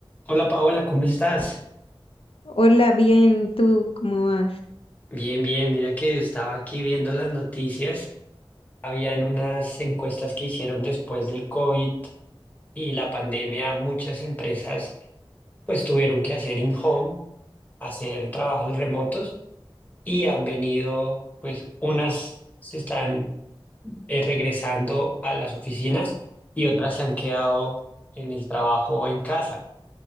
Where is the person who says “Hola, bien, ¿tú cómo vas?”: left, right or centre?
Left